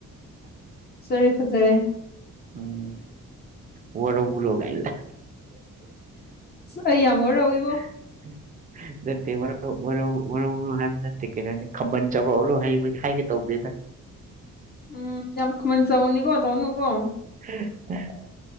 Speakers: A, on the left (about 30°); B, on the right (about 25°).
A: ꯁꯔꯦ ꯐꯖꯔꯦ
B: ꯎꯝ ꯋꯥꯔꯧꯕꯔꯣ ꯀꯥꯢꯅ
A: ꯑꯩ ꯌꯥꯝ ꯑꯣꯏꯔꯥꯎꯏꯕꯣ
B: <unintelligible> ꯅꯠꯇꯦ ꯋꯥꯔꯧ ꯋꯥꯔꯧ ꯋꯥꯔꯧ ꯋꯥꯔꯧ ꯍꯥꯏꯕ ꯅꯠꯇꯦ ꯀꯩꯅꯣꯅꯤ ꯈꯝꯕꯟ ꯆꯥꯎꯔꯣꯕ ꯍꯥꯏꯒꯦ ꯇꯧꯕꯅꯤꯗ
A: ꯎꯝ ꯌꯥꯝ ꯈꯝꯕꯟ ꯆꯥꯎꯕꯅꯤ ꯀꯣ ꯇꯧꯅꯨ ꯀꯣ
B: <unintelligible>